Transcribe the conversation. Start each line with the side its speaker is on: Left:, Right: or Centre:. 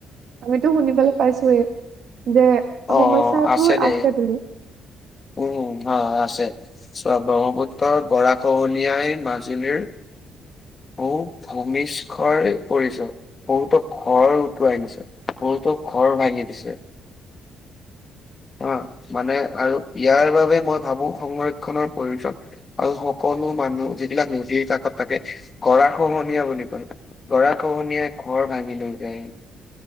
Right: আমিতো শুনিবলৈ পাইছোয়ে যে সমস্যাবোৰ
Left: অ', আছে দে
Right: বুলি
Left: উম হয় আছে। চোৱা ব্ৰহ্মপুত্ৰ গৰা খহনীয়াই মাজুলীৰ বহুত ভূমিষ্ককৰৰে পৰিচয় বহুতো ঘৰ উটুৱাই নিচে। ফুলতোক ঘৰ ভাঙি দিছে। অ', মানে আৰু ইয়াৰ বাবে মই ভাবোঁ সংৰক্ষনৰৰ প্ৰয়োজন। আৰু সকলো মানুহ যিবিলাক নদীৰ কাকত থাকে গৰা খহনীয়া বুলি কয়। গৰখনীয়া ঘৰ ভাঙি লৈ যায়।